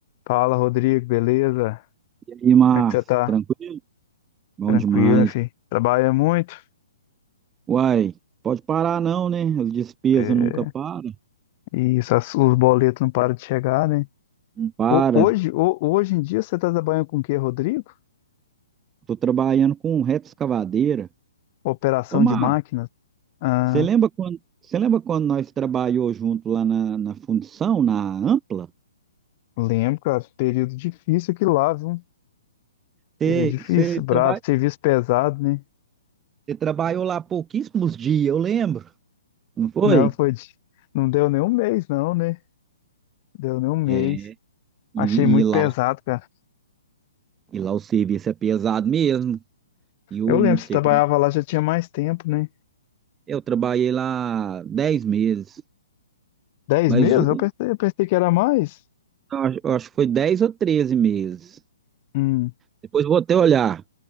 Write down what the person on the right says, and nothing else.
E aí, Márcio,
tranquilo? Bom
demais.
Uai, pode parar não, né? As despesas
nunca param.
Não para.
Tô trabalhando com retroescavadeira.
Ô, Márcio,
você lembra quando, você lembra quando nós trabalhou junto lá na, na fundição, na Ampla?
Você,
você,
traba-
você trabalhou lá pouquíssimos dias, eu lembro. Não foi?
É, e,
e lá,
o-
e lá o serviço é pesado mesmo. E eu
não
sei
como é.
Eu trabalhei lá 10 meses.
Mas
o,
Eu acho eu acho que foi 10 ou 13 meses.
Depois eu vou até olhar,